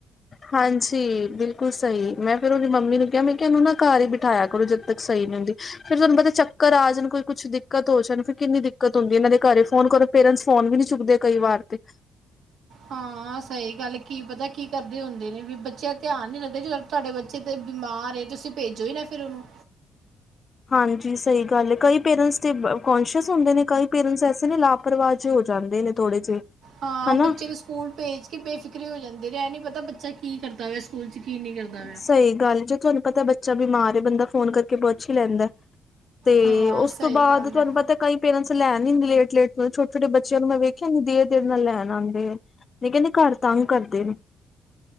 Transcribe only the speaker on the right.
ਹਾਂ ਸਹੀ ਗੱਲ ਕੀ ਪਤਾ ਕੀ ਕਰਦੇ ਹੁੰਦੇ ਨੇ ਵੀ ਬੱਚੇ ਦਾ ਧਿਆਨ ਨੀ ਰੱਖਦੇ, ਜੋਂ ਤੁਹਾਡੇ ਬੱਚੇ ਤੇ ਬਿਮਾਰ ਏ ਤੁਸੀਂ ਭੇਜੋ ਹੀ ਨਾ ਫਿਰ ਉਹਨੂੰ।
ਹਾਂ,
ਬੱਚੇ ਨੂੰ ਸਕੂਲ ਭੇਜ ਕੇ ਬੇਫਿਕਰੀ ਹੋ ਜਾਂਦੀ ਹੈ ਇਹ ਨੀ ਪਤਾ ਬੱਚਾ ਕੀ ਕਰਦਾ ਪਇਆ ਸਕੂਲ ਚ ਕੀ ਨਹੀਂ ਕਰਦਾ। ਹੋਇਆ
ਹਾਂ
ਸਹੀ
ਗੱਲ
ਹੈ